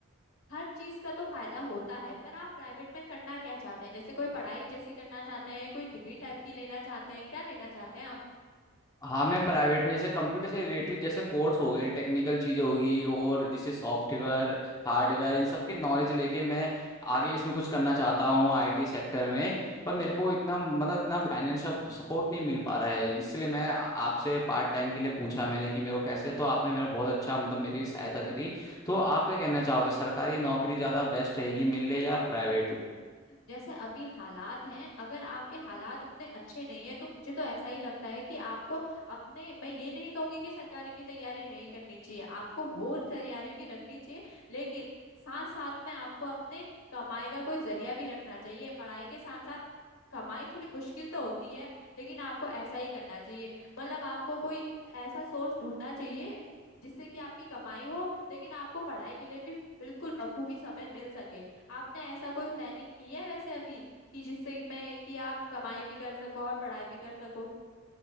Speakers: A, on the left (about 85°); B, on the left (about 15°).
A: हर चीज का तो फायदा होता है पर आप प्राइवेट में करना क्या चाहते हैं जैसे कोई पढ़ाई जैसी करना चाहते हैं कोई डिग्री टाइप की लेना चाहते हैं क्या लेना चाहते हैं आप
B: हाँ मैं प्राइवेट में जैसे कंप्यूटर से रिलेटेड जैसे कोर्स हो गए टेक्निकल चीजें होगी और जैसे सॉफ्टवेयर हार्डवेयर इन सब की नॉलेज लेके मैं आगे इसमें कुछ करना चाहता हूँ आईटी सेक्टर में पर मेरे को इतना मतलब इतना फाइनेंशियल सपोर्ट नहीं मिल पा रहा है इसलिए मैं आ- आपसे पार्ट टाइम के लिए पूछा मैंने कि मेरे को कैसे तो आपने मेरा बहुत अच्छा मतलब मेरी सहायता करी तो आप क्या कहना चाहोगे सरकारी नौकरी ज़्यादा बेस्ट रहेगी मिलने या प्राइवेट
A: जैसे अभी हालात हैं अगर आपके हालात उतने अच्छे नहीं है तो मुझे तो ऐसा ही लगता है कि आपको अपने मैं ये नहीं कहूंगी कि सरकारी की तैयारी नहीं करनी चाहिए आपको वो तैयारी भी रखनी चाहिए लेकिन साथ साथ में आपको अपने कमाई का कोई जरिया भी रखना चाहिए पढ़ाई के साथ साथ कमाई थोड़ी मुश्किल तो होती है लेकिन आपको ऐसा ही करना चाहिए मतलब आपको कोई ऐसा सोर्स ढूंढना चाहिए जिससे कि आपकी कमाई हो लेकिन आपको पढ़ाई के लिए भी बिल्कुल बखूबी समय मिल सके आपने ऐसा कोई प्लानिंग की है वैसे अभी कि जिससे मैं कि आप कमाई भी कर सको और पढ़ाई भी कर सको